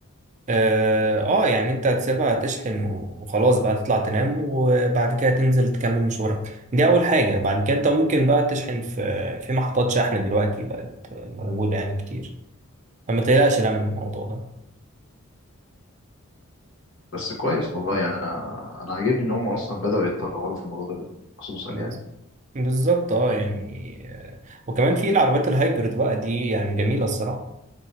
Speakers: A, on the right (about 35°); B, on the left (about 60°).
A: اه آه، يعني انت هتسيبها تشحن وخلاص بقى تطلع تنام وبعد كده تنزل تكمل مشوارك دي اول حاجة بعد كده انت ممكن بقى تشحن في في محطات شحن دلوقتي بقت موجودة يعني كتير فما تقلقش لا من الموضوع ده
B: بس كويس والله يعني أنا أنا عاجبني إن هم أصلا بدأوا يتطوروا في الموضوع ده خصوصا
A: بز-
B: يعني
A: بالظبط اه يعني آه، وكمان في العربيات الهايبرد بقى دي يعني جميلة الصراحة